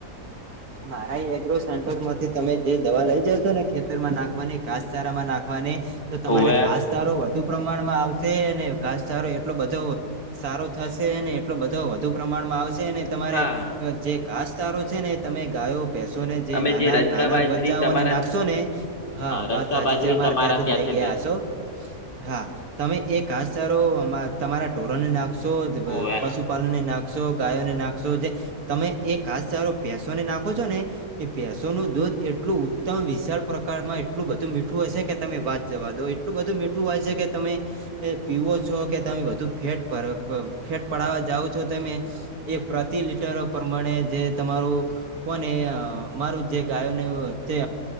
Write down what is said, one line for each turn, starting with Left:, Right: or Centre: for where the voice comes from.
Left: <inaudible>
Right: મારા એગ્રો સેન્ટર માંથી તમે જે દવા લઇ જશો ને ખેતરમાં નાખવાની, ઘાસચારામાં નાખવાની. તો તમારે
Left: ઓવે.
Right: ઘાસચારો વધુ પ્રમાણમાં આવશે અને ઘાસચારો એટલો બધો, સારો થશે ને એટલો બધો વધુ પ્રમાણમાં આવશે ને, તમારે
Left: હા
Right: જે ઘાસ ચારો છે ને તમે, ગાયો ભેસો ને જે
Left: અમે
Right: નાના
Left: રજકા
Right: નાના
Left: બાજરી
Right: બચ્ચાઓને
Left: તમારા
Right: નાખશો ને હા
Left: રજકા
Right: વાત.
Left: બાજરી
Right: જે છે અમારે
Left: તમારા
Right: ત્યાંથી જ લઈ ગયા
Left: લે
Right: હસો. હા તમે એ ઘાસચારો તમારા ઢોરો ને નાખશો
Left: હોવે
Right: પશુ, પાનને નાખશો ગાયોને નાખશો જે તમે એ ઘાસચારો ભેંસોને નાખો છો ને, એ ભેંસોનું દૂધ એટલું ઉત્તમ વિશાળ પ્રકારમાં એટલું બધું મીઠું હશે કે તમે વાત જવા દો. એટલું બધું મીઠું હોય છે કે તમે, એ પીવો છો કે તમે વધુ ફેટ ફેટ પડાવવા જાવ છો તમે, એ પ્રતિ લીટર, પ્રમાણે જે તમારું કોને મારું જે ગાયોને જે,